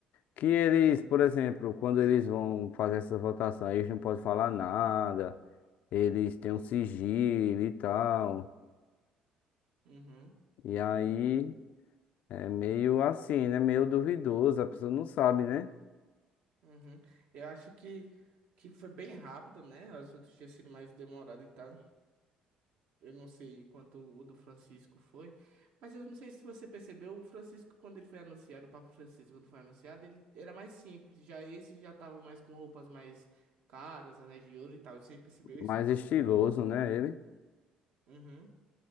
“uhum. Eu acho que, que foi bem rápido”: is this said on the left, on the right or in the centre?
Right